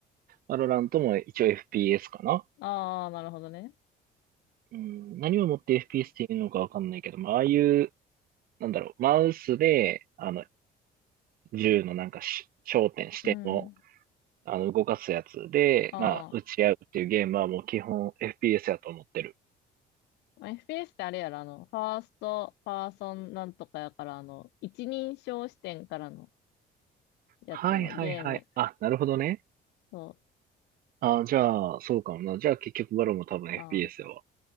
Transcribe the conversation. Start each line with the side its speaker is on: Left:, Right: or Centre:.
Right: バロラントも一応 FPS かな。
Left: ああ、なるほどね。
Right: うん、何をもって FPS っていうのかわかんないけど、まあ、ああいうなんだろう、マウスで、あの、銃のなんかし焦点、視点を、
Left: うん。
Right: あの、動かすやつで、
Left: ああ。
Right: まあ、撃ち合うっていうゲームはもう基本 FPS やと思ってる。
Left: まあ FPS ってあれやろ、あの、ファースト、パーソンなんとかやから、あの、一人称視点からのやつのゲーム。
Right: はいはいはい。あ、なるほどね。
Left: そ
Right: あ、じゃあ、そうかもな。じゃあ結局バロも多分
Left: う。
Right: FPS
Left: ああ。
Right: やわ。